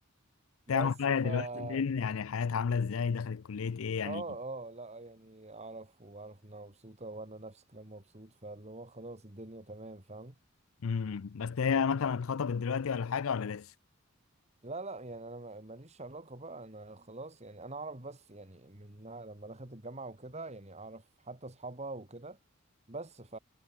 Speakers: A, on the left; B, on the right.
A: تعرف
B: بس
A: بقى
B: ف
A: هي دلوقتي
B: اه
A: فين يعني حياتها عامله ازاي دخلت كليه ايه يعني
B: اه لا يعني اعرف واعرف انها مبسوطة وانا نفس الكلام مبسوط فاللي هو خلاص الدنيا تمام فاهم
A: امم بس هي مثلا اتخطبت دلوقتي ولا حاجه ولا لسه
B: لا لا يعني انا ما- ماليش علاقة بقى انا خلاص يعني انا اعرف بس يعني من لما دخلت الجامعة وكده يعني اعرف حتى اصحابها وكده بس ف